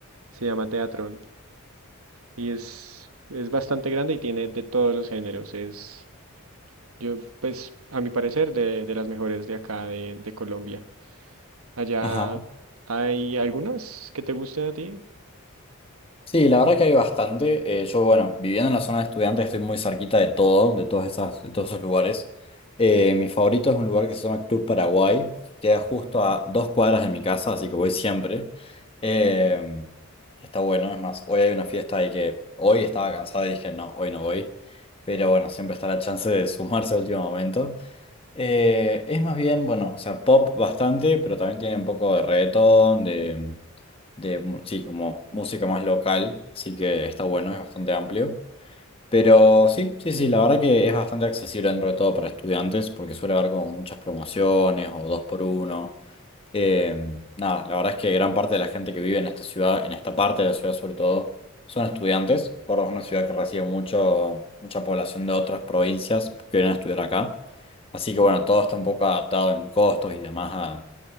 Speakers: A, on the right (about 75°); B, on the left (about 25°).
A: se llama Teatrón y es, es bastante grande y tiene de todos los géneros. Es yo, pues, a mi parecer, de, de las mejores de acá, de, de Colombia. Allá
B: Ajá.
A: hay algunas que te gusten a ti.
B: Sí, la verdad que hay bastante. Eh, yo, bueno, viviendo en la zona de estudiantes estoy muy cerquita de todo, de todas esas, de todos esos lugares. Eh, mi favorito es un lugar que se llama Club Paraguay, queda justo a dos cuadras de mi casa, así que voy siempre. Eh, que está bueno, es más, hoy hay una fiesta ahí que hoy estaba cansado y dije, no, hoy no voy. Pero bueno, siempre está la chance de sumarse al último momento. Eh, es más bien, bueno, o sea, pop bastante, pero también tiene un poco de reggaetón, de, de, mu- sí, como música más local, así que está bueno, es bastante amplio. Pero sí, sí, sí, la verdad que es bastante accesible dentro de todo para estudiantes, porque suele haber como muchas promociones o dos por uno. Eh, nada, la verdad es que gran parte de la gente que vive en esta ciudad, en esta parte de la ciudad sobre todo, son estudiantes. Córdoba es una ciudad que recibe mucho, mucha población de otras provincias que vienen a estudiar acá. Así que bueno, todo está un poco adaptado en costos y demás a,